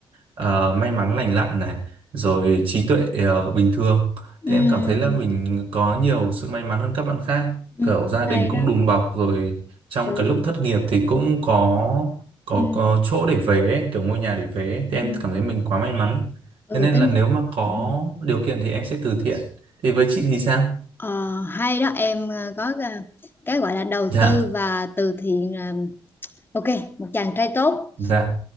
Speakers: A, on the right (about 70°); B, on the left (about 20°).
A: ờ, may mắn lành lặn này rồi trí tuệ ờ, bình thường
B: ừ
A: thì em cảm thấy là mình có nhiều sự may mắn hơn các bạn khác
B: ừ
A: kiểu gia
B: hay
A: đình cũng
B: đó
A: đùm bọc rồi trong
B: ừ
A: cái lúc thất nghiệp thì cũng có có,
B: Ừ.
A: có chỗ để về ấy, kiểu ngôi nhà để về ấy. thì em
B: Ừ.
A: cảm thấy mình quá may mắn
B: Ừ
A: thế nên
B: tính
A: là nếu mà có
B: ừ.
A: điều kiện thì em sẽ từ thiện thì với chị thì sao?
B: Ờ, hay đó em ờ, có ờ, cái gọi là đầu
A: Dạ
B: tư và từ thiện là ok một chàng trai tốt
A: dạ